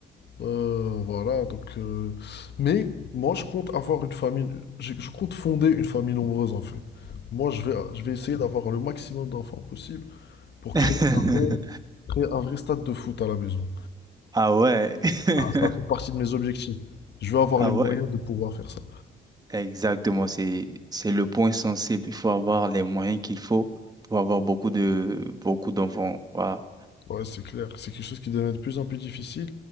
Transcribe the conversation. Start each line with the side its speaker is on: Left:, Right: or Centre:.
Left: Euh, voilà, donc. euh, Mais moi, je compte avoir une famille. Je, je compte fonder une famille nombreuse, en fait. Moi, je vais, je vais essayer d'avoir le maximum d'enfants possible pour
Right: <laughs>
Left: créer un vrai, créer un vrai stade de foot à la maison.
Right: Ah ouais. <laughs>
Left: Ah, ça fait partie de mes objectifs. Je veux avoir
Right: Ah
Left: les moyens
Right: ouais.
Left: de pouvoir faire ça.
Right: Exactement. C'est, c'est le point sensible. Il faut avoir les moyens qu'il faut pour avoir beaucoup de, beaucoup d'enfants. Voilà.
Left: Ouais, c'est clair. C'est quelque chose qui devient de plus en plus difficile.